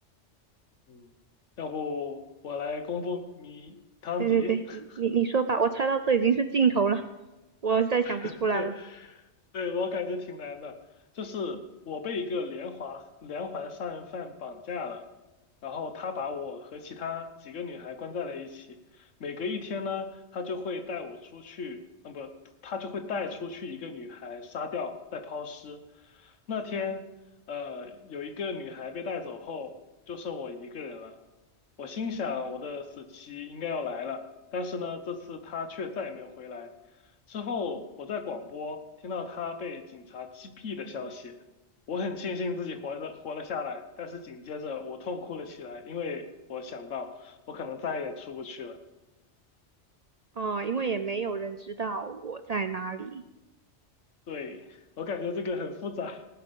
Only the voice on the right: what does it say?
对对对，
你你你说吧，我猜到这已经是尽头了，我再想不出来了。
哦，因为也没有人知道我在哪里，